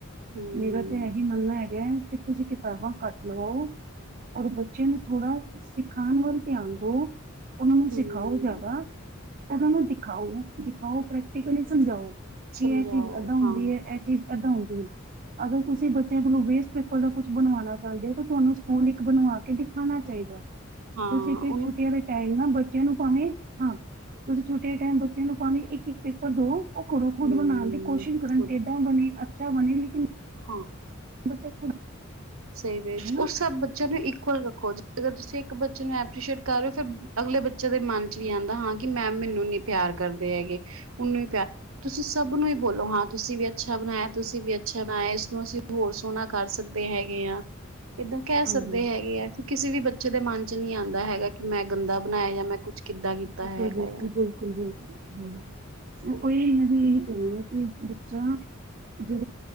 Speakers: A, on the right; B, on the right.
A: ਹੂੰ
B: ਮੇਰਾ ਤਾ ਇਹੀ ਮੰਨਾ ਹੈਗੇ। ਕਿ ਤੁਸੀਂ ਕਿਤਾਬਾਂ ਕੱਟ ਲਵਾਓ ਔਰ ਬੱਚੇ ਨੂੰ ਥੋੜਾ- ਸਿਖਾਉਣ ਵੱਲ ਧਿਆਨ ਦੋ, ਉਹਨਾਂ ਨੂੰ ਸਿਖਾਓ
A: ਹੂੰ
B: ਜ਼ਿਆਦਾ। ਉਹਨਾ ਨੂੰ ਦਿਖਾਓ, ਦਿਖਾਓ ਪ੍ਰੈਕਟੀਕਲੀ ਸਮਝਾਓ। ਕੀ
A: ਸਮਝਾਓ
B: ਇਹ ਚੀਜ਼ ਏਦਾਂ ਹੁੰਦੀ
A: ਹਾਂ
B: ਹੈ ਇਹ ਚੀਜ਼ ਏਦਾਂ ਹੁੰਦੀ ਹੈ। ਅਗਰ ਤੁਸੀਂ ਬੱਚਿਆਂ ਕੋਲ ਵੇਸਟ ਪੇਪਰ ਦਾ ਕੁਛ ਬਣਵਾਉਣਾ ਚਾਹੁੰਦੇ ਹੋ ਤਾਂ ਤੁਹਾਨੂੰ ਸਕੂਲ ਇੱਕ ਬਣਵਾ ਦਿਖਾਣਾ ਚਾਹੀਦਾ।
A: ਹਾਂ
B: ਤੁਸੀਂ ਕਿ
A: ਉਹਨੂੰ
B: ਛੁੱਟੀਆਂ ਦੇ ਟਾਈਮ ਨਾ ਬੱਚਿਆਂ ਨੂੰ ਭਾਵੇਂ ਹਾਂ ਤੁਸੀਂ। ਛੁੱਟੀਆਂ ਟਾਈਮ ਬੱਚਿਆਂ ਨੂੰ ਭਾਵੇਂ ਇੱਕ ਇੱਕ ਪੇਪਰ ਦੋ। ਉਹ ਕਰੋ ਖੁਦ
A: ਹੂੰ
B: ਬਣਾਉਣ ਦੀ ਕੋਸ਼ਿਸ਼ ਕਰਨ
A: ਖੁਦ-
B: ਟੇਡਾਂ ਬਣੇ ਅੱਛਾ ਬਣੇ ਲੇਕਿਨ
A: ਹਾਂ।
B: ਬੱਚਾ ਖੁਦ
A: ਸਹੀ ਵੇ ਚ
B: ਹਨਾ
A: ਉਹ ਸਭ ਬੱਚਿਆਂ ਨੂੰ ਇਕੁਅਲ ਰੱਖੋ ਜ ਅਗਰ ਤੁਸੀਂ ਬੱਚੇ ਨੂੰ ਐਪ੍ਰਰੀਸ਼ੀਏਟ ਕਰ ਰਹੇ ਹੋ ਫਿਰ ਅਗਲੇ ਬੱਚੇ ਦੇ ਮਨ ਚ, ਵੀ ਆਹਿੰਦਾ ਹਾਂ ਕਿ ਮੈਮ ਮੈਨੂੰ ਨੀ ਪਿਆਰ ਕਰਦੇ ਹੈਗੇ ਉਹਨੂੰ ਹੀ ਪਿਆਰ ਤੁਸੀਂ ਸਭ ਨੂੰ ਹੀ। ਬੋਲੋ ਹਾਂ ਤੁਸੀਂ ਵੀ ਅੱਛਾ ਬਣਾਇਆ ਤੁਸੀਂ ਵੀ ਅੱਛਾ। ਬਣਾਇਆ ਇਸਨੂੰ ਅਸੀਂ ਹੋਰ ਸੋਨਾ ਕਰ ਸਕਦੇ ਹੈਗੇ ਆ। ਏਦਾਂ ਕਹਿ
B: ਬਿਲਕੁਲ
A: ਸਕਦੇ ਹੈਗੇ ਆ ਕਿ ਕਿਸੇ ਵੀ ਬੇ ਕੁਛ ਦੇ ਮਨ ਚ ਨਹੀਂ ਆਦਾ ਹੈਗਾ ਕਿ ਮੈਂ ਗੰਦਾ ਬਣਾਇਆ ਜਾਂ ਮੈਂ ਕੁਛ। ਕਿੱਦਾਂ ਕੀਤਾ
B: ਬਿਲਕੁਲ,
A: ਹੈਗਾ
B: ਬਿਲਕੁਲ,
A: ਆ
B: ਬਿਲਕੁਲ, ਬਿਲ ਹੂੰ, ਉਹੀ ਮ ਇਹੀ <unintelligible> <inaudible> ਦੇ